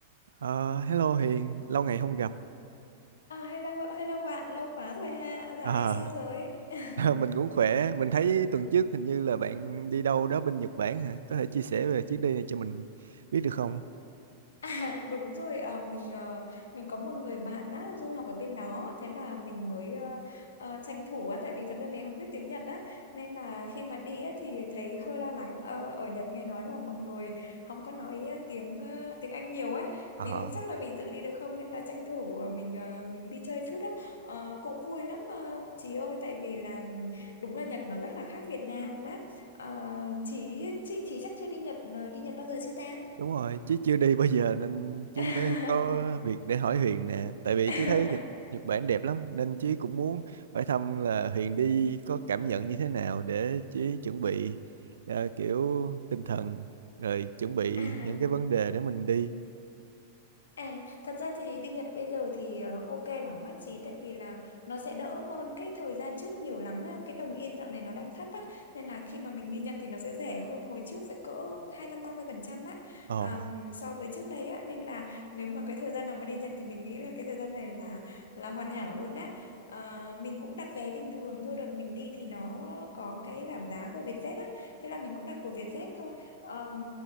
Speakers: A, on the right; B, on the left.
A: Ờ, hello Hiền, lâu ngày không gặp.
B: À, hello, hello bạn, lâu quá rồi ha. Dạo
A: Ờ,
B: này sao rồi? <laughs>
A: <laughs> mình cũng khỏe. Mình thấy tuần trước hình như là bạn đi đâu đó bên Nhật Bản hả? Có thể chia sẻ về chuyến đi này cho mình biết được không?
B: À, đúng rồi ờ, mình ờ, mình có một người bạn á du học ở bên đó thế là mình mới ờ, ờ, tranh thủ á tại vì thật ra mình không biết tiếng Nhật á nên là khi mà đi á thì thấy hơi lo lắng Ờ, ở Nhật nghe nói là mọi người không có nói ờ, tiếng ờ, tiếng Anh nhiều á
A: Ờ,
B: mình không chắc là mình tự đi được không nên là tranh thủ ờ, mình ờ, mình đi chơi chút á Ờ, cũng vui lắm ờ, chị ơi tại vì là đúng là Nhật nó rất là khác Việt Nam á Ờ, chị chị chị chắc chưa đi Nhật ờ, đi Nhật bao giờ chưa ta
A: đúng rồi, chứ chưa đi bao giờ nên chứ
B: <laughs>
A: mới có việc để hỏi Huyền nè. Tại vì
B: <laughs>
A: chứ thấy Nhật Nhật Bản đẹp lắm nên chứ cũng muốn hỏi thăm là Huyền đi có cảm nhận như thế nào để chứ chuẩn bị ờ, kiểu tinh thần rồi chuẩn bị
B: à
A: những cái vấn đề để mình đi.
B: À, thật ra thì đi Nhật bây giờ thì ờ, ok lắm á chị tại vì là nó sẽ đỡ hơn cái thời gian trước nhiều lắm á. Cái đồng yên dạo này nó đang thấp á nên là khi mà mình đi Nhật thì nó sẽ rẻ hơn hồi trước phải cỡ hai mươi lăm ba mươi phần trăm á
A: Ồ,
B: Ờm, so với trước đây á nên là nếu mà cái thời gian nào mà đi Nhật thì mình nghĩ là cái thời gian này là là hoàn hảo luôn á. Ờ, mình cũng đặt vé bình thường thôi đợt mình đi thì nó có cái giảm giá của Vietjet á thế là mình cũng đặt của Vietjet thôi Ờm,